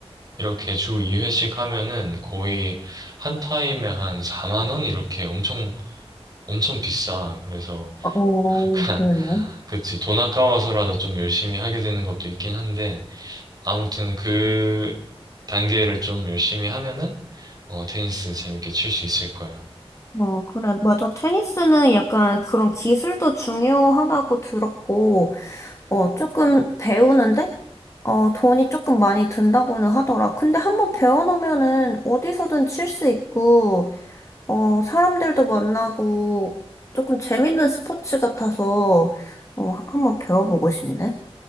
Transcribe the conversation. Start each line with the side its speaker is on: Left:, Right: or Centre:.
Right: 이렇게 주 2회씩 하면은 거의 한 타임에 한 4만 원 이렇게 엄청 엄청 비싸. 그래서
Left: 어,
Right: 약간
Left: 그러네.
Right: <laughs> 그치 돈 아까워서라도 좀 열심히 하게 되는 것도 있긴 한데 아무튼 그 단계를 좀 열심히 하면은 어 테니스 재밌게 칠 수 있을 거야.
Left: 어, 그래. 맞아. 테니스는 약간 그런 기술도 중요하다고 들었고, 어, 조금 배우는데 어, 돈이 조금 많이 든다고는 하더라. 근데 한번 배워놓으면은 어디서든 칠 수 있고, 어, 사람들도 만나고, 조금 재밌는 스포츠 같아서, 어, 한번 배워보고 싶네.